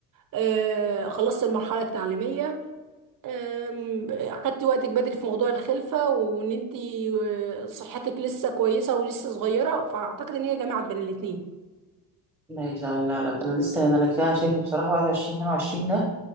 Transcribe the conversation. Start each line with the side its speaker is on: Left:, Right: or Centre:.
Right: آه خلصت المرحله التعليميه آم، اخدتي وقتك بدري في موضوع الخلفه وان انت آه، صحتك لسه كويسه ولسه صغيره فاعتقد ان هي جماعه بين الاثنين
Centre: لا يا سا- لا لا ده انا لسه ده انا كده شايفه بصراحه 21 22 ده